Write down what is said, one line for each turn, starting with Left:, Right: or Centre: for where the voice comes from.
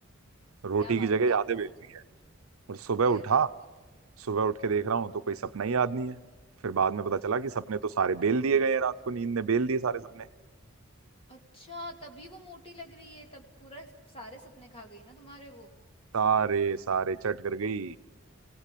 Right: रोटी
Left: क्या बात
Right: की जगह
Left: कर
Right: यादें
Left: रहे हो
Right: बेल रही है और सुबह
Left: फिर
Right: उठा सुबह उठ के देख रहा हूँ तो कोई सपना ही याद नहीं है फिर बाद में पता चला कि सपने तो सारे बेल दिए गए हैं रात को नींद ने बेल दिए सारे सपने
Left: अच्छा तभी वो मोटी लग रही है तब पूरा सारे सपने खा गई ना तुम्हारे वो
Right: सारे सारे चट कर गई